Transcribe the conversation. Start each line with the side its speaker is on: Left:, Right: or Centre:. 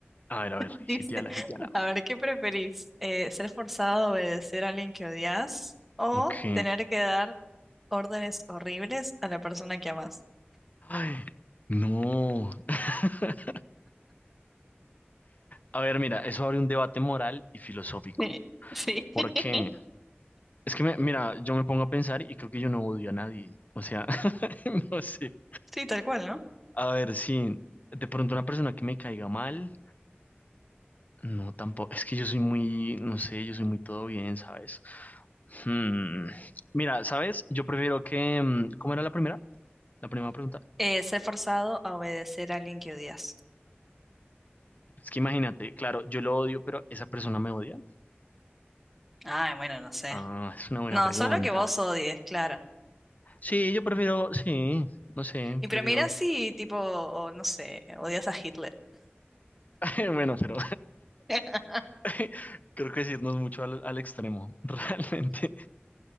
Left: A ver, a ver,
Centre: Dice,
Left: gitiala, gitiala.
Centre: <laughs> a ver, ¿qué preferís? Eh, ¿ser forzado a obedecer a alguien que odias o
Left: Ok.
Centre: tener que dar órdenes horribles a la persona que amas?
Left: Ay, no. <laughs> A ver, mira, eso abre un debate moral y filosófico.
Centre: Sí, sí,
Left: ¿Por
Centre: <laughs>
Left: qué? Es que, me- mira, yo me pongo a pensar y creo que yo no odio a nadie. O sea, <laughs> no sé.
Centre: sí, tal cual, ¿no?
Left: A ver, sí, de pronto una persona que me caiga mal, no, tampoco. Es que yo soy muy, no sé, yo soy muy todo bien, ¿sabes? Hmm, Mira, ¿sabes? Yo prefiero que... mm, ¿Cómo era la primera? La primera pregunta.
Centre: Eh, ser forzado a obedecer a alguien que odias.
Left: Es que imagínate, claro, yo lo odio, pero esa persona me odia.
Centre: Ay, bueno, no sé.
Left: Ah, es una buena
Centre: No,
Left: pregunta.
Centre: solo que vos odies, claro.
Left: Sí, yo prefiero, sí, no sé,
Centre: Y
Left: prefiero.
Centre: pero mira si, tipo, o no sé, odias a Hitler.
Left: <laughs> Bueno, pero
Centre: <laughs>
Left: <laughs> creo que decirnos mucho al, al extremo, <laughs> realmente.